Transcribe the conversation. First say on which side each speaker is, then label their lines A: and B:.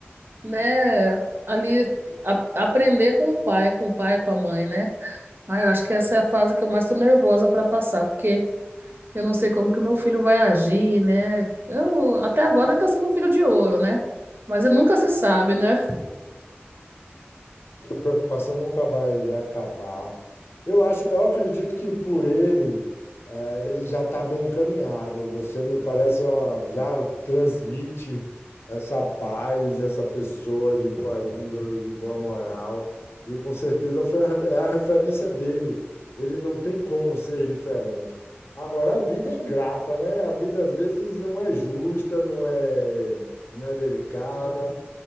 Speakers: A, on the right; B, on the left.
A: né, ali a- aprender com o pai, com o pai, com a mãe, né? Ah, eu acho que essa é a fase que eu mais tô nervosa para passar, porque eu não sei como que o meu filho vai agir, né? Eu, até agora ele tá sendo um filho de ouro, né? Mas nunca se sabe, né?
B: Essa preocupação nunca vai, vai acabar. Eu acho, eu acredito que por ele, eh, ele já está bem encaminhado. Você me parece uma- já transmite essa paz, essa pessoa de boa índole, de boa moral, e com certeza foi a, re- é a referência dele. Ele não tem como ser diferente. Agora, a vida é ingrata, né? A vida às vezes não é justa, não é, não é delicada